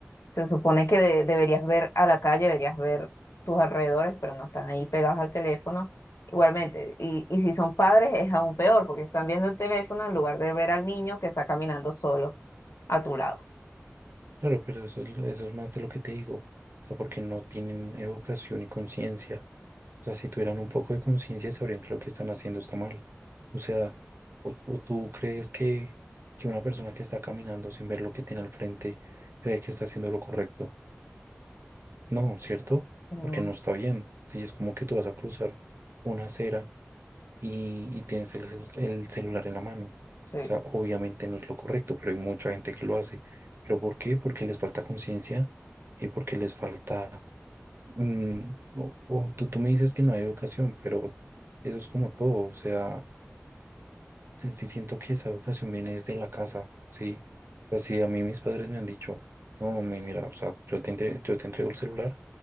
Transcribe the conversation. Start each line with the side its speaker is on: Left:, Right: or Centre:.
Left: se supone que de- deberías ver a la calle, deberías ver tus alrededores, pero no están ahí pegados al teléfono. Igualmente, y, y si son padres es aún peor, porque están viendo el teléfono en lugar de ver al niño que está caminando solo a tu lado.
Right: Claro, pero eso es, lo- eso es más de lo que te digo. O sea, porque no tienen educación y conciencia. O sea, si tuvieran un poco de conciencia, sabrían que lo que están haciendo está mal. O sea, o, o tú crees que, que una persona que está caminando sin ver lo que tiene al frente cree que está haciendo lo correcto. No, ¿cierto?
Left: Mm,
Right: Porque no está bien. Sí, es como que tú vas a cruzar una acera y, y tienes el, celu- el celular en la mano. O
Left: sí.
Right: sea, obviamente no es lo correcto, pero hay mucha gente que lo hace. ¿Pero por qué? Porque les falta conciencia y porque les falta... mm, o, o tú, tú me dices que no hay educación, pero eso es como todo. O sea, sí, sí siento que esa educación viene desde la casa, ¿sí? O sea, si a mí mis padres me han dicho, no, mi- mira, o sea, yo te, entre- yo te entrego el celular